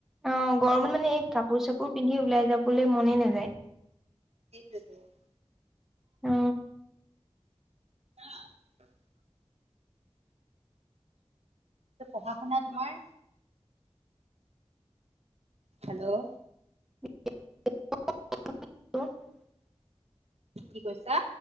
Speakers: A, in the centre; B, on the right.
A: অ গৰমত মানে এই কাপোৰ চাপোৰ পিন্ধি ওলাই যাবলৈ মনে নাযায়।
B: <unintelligible>
A: অ।
B: <unintelligible> পঢ়া শুনা তোমাৰ। হেল্ল'
A: <inaudible>
B: কি কৈছা?